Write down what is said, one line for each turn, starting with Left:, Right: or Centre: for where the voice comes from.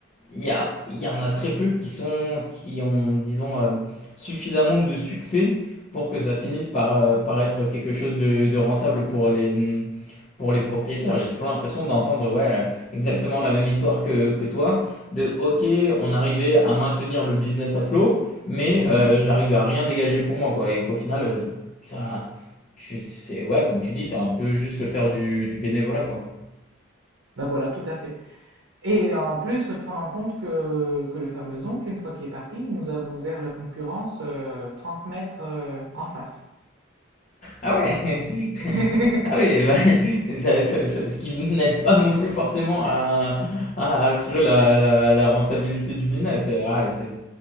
Left: il y a, il y en a très peu qui sont, qui ont, disons, euh, suffisamment de succès pour que ça finisse par, euh, par être quelque chose de, de rentable pour les, pour les propriétaires. J'ai toujours l'impression d'entendre ouais, euh, exactement la même histoire que, que toi, de OK, on arrivait à maintenir le business à flot, mais
Right: Mhm.
Left: euh, j'arrive à rien dégager pour moi, quoi, et qu'au final, euh, ça, tu, c'est, ouais, comme tu dis, c'est un peu juste faire du, du bénévolat, quoi.
Right: Ben voilà, tout à fait. Et en plus, prendre en compte que, que le fameux oncle, une fois qu'il est parti, il nous a ouvert la concurrence euh, 30 mètres euh, en face.
Left: Ah ouais! <laughs>
Right: <laughs>
Left: Ah oui, bah, <laughs> ça ça ça ce qui n'aide pas non plus forcément à à assurer la la la rentabilité du business. ah c'est